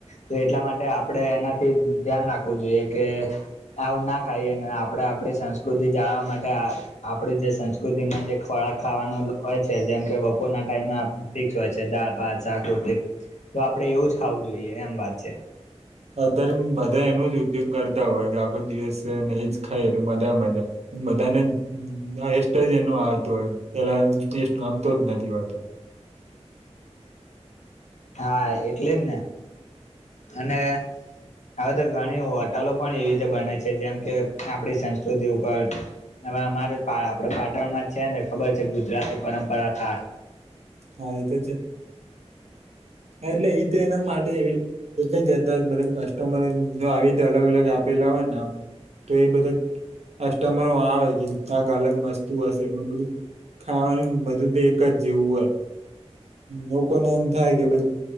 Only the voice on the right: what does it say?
અત્યારે બધા એનો જ ઉપયોગ કરતા હોય કે આખો દિવસને એજ ખાય તો બધા મજા બધાને આ એસ્ટ જ એનો આવતો હો પેલા ટેસ્ટ ગમતો જ નથી હોતો.
હા એ તો છે. હા એટલે એ તો એના માટે એટલે જતા બધા કસ્ટમર જો આવી તો અલગ અલગ આપેલા હોયને આમ તો એ બધા કસ્ટમરો આવે કે કાક અલગ મસ્તુ હશે પણ બધું ખાવાનું બધું તો એક જ જેવું હોય લોકોને એમ થાય કે ભાઈ